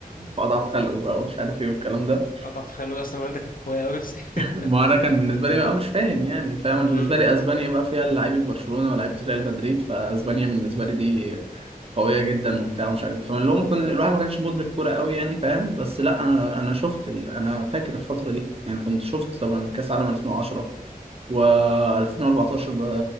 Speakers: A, on the right; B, on the left.
A: في اضعف خلقه بقى ومش عارف ايه والكلام ده
B: اضعف خلوي اصلا هولندا كانت قويه قوي
A: <laughs> ما
B: <laughs>
A: انا كان بالنسبه لي بقى مش فاهم يعني فاهم أنا
B: امم
A: بالنسبه لي اسبانيا بقى فيها لعيبه برشلونه ولاعيبه ريال مدريد فاسبانيا بالنسبه لي دي قويه جدا وبتاع ومش عارف إيه. فاللي هو ممكن الواحد ما كانش مدرك كوره قوي يعني فاهم بس لا انا انا شفت ال... انا فاكر الفتره دي يعني كنت شفت طبعا كاس عالم 2010 و2014 ب...